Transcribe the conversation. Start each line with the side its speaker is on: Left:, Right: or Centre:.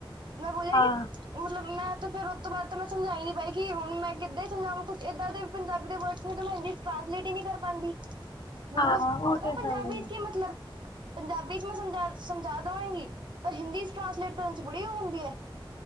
Right: ਮੈਂ ਬੋਲਿਆ
Left: ਹਾਂ
Right: ਕਿ, ਮਤਲਬ ਮੈਂ ਤੇ ਫਿਰ ਉਹ ਤੋਂ ਬਾਅਦ ਤਾਂ ਮੈਂ ਸਮਝਾਈ ਨੀ ਪਾਈ ਕਿ, ਹੁਣ ਮੈਂ ਕਿੱਦਾਂ ਹੀ ਸਮਾਝਾਵਾਂ, ਕੁੱਝ ਇੱਦਾਂ ਦੇ ਪੰਜਾਬੀ ਦੇ ਵਰਡ ਮੈਂ ਹਿੰਦੀ ਟ੍ਰਾਂਸਲੇਟ ਹੀ ਨਹੀਂ ਕਰ ਪਾਉਂਦੀ। ਮੈਨੂੰ
Left: ਹਾਂ ਉਹ
Right: ਪਤਾ
Left: ਤੇ
Right: ਪੰਜਾਬੀ
Left: ਹੈ ਹੀ ਹੈ
Right: ਚ ਕੀ ਮਤਲਬ ਪੰਜਾਬੀ ਚ ਮੈਂ ਸਮਝਾ- ਸਮਝਾ ਦੇਵਾਂਗੀ। ਪਰ ਹਿੰਦੀ ਚ ਟਰਾਂਸਲੇਟ ਕਰਨ ਚ ਬੜੀ ਉਹ ਹੁੰਦੀ ਹੈ